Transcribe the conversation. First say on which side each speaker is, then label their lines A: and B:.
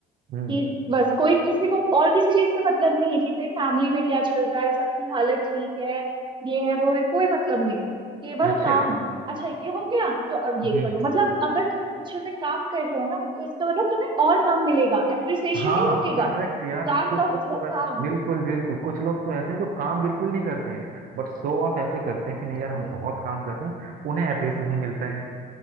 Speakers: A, on the right; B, on the right.
A: हम्म
B: कि बस कोई किसी को और किसी चीज से मतलब नहीं है कि भाई फैमिली में क्या चल रहा है सबकी हालत ठीक है ये है वो है कोई मतलब नहीं केवल
A: अच्छा
B: काम अच्छा ये हो गया तो अब
A: हम्म
B: ये करो मतलब अगर तुम अच्छे से काम कर रहे हो ना तो इसका मतलब तुम्हें और काम मिलेगा एप्रिसिएशन
A: हाँ
B: नहीं मिलेगा
A: करेक्ट यार
B: काम
A: और कुछ
B: का
A: लोग
B: मतलब
A: तो ऐ-
B: काम
A: बिल्कुल बिल्कुल कुछ लोग तो ऐसे हैं जो काम बिल्कुल नहीं करते हैं बट शो ऑफ ऐसे करते हैं कि
B: एक्चुअली
A: नहीं यार हम बहुत काम कर रहे हैं उन्हें एप्रिसिएशन मिलता है